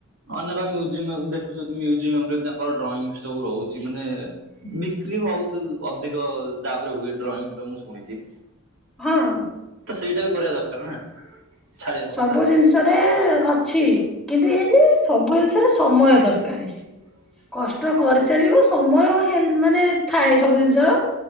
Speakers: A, on the right; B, in the centre.
A: ଅନେକ ମ୍ୟୁଜିୟମ ଦେଖୁଛନ୍ତି ମ୍ୟୁଜିୟମ ରେ ବି ତାଙ୍କର ଡ୍ରଇଂ ସବୁ ରହୁଛି ମାନେ। ବିକ୍ରି ବହୁତ ଅଧିକ ଦାବରେ ହୁଏ ଡ୍ରଇଂର ମୁଁ ଶୁଣିଛି।
B: ହଁ।
A: ତ ସେଇଟା ବି କରିବା ଦରକାର ନା ଛାଡିବା
B: ସବୁ
A: କଥା
B: ଜିନିଷରେ ଅଛି କିନ୍ତୁ ଏଇ ଯେ ସବୁ ଜିନିଷରେ ସମୟ ଦରକାର
A: <unintelligible>
B: କଷ୍ଟ କରି ଚାଲିବୁ ସମୟ ହେ ମାନେ ଥାଏ ସବୁ ଜିନିଷର